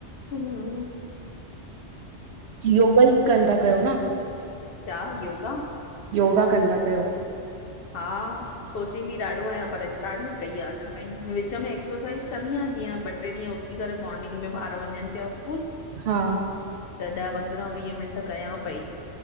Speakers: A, on the left (about 60°); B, on the right (about 65°).
A: हम्म
B: योगा ई कनंदा कयो न
A: छाा योगा
B: योगा कंदा कयो
A: हा सोचींदी ॾाढो आहियां पर स्टार्ट न कई आहे अञा भाई विच में एक्सरसाइज़ कंदी आां जीअं ॿ टे ॾींहं उथी करे मोर्निंग में ॿार वञनि पिया स्कूल
B: हा
A: त ॾह पंद्रहं वीह मिंट कयां पई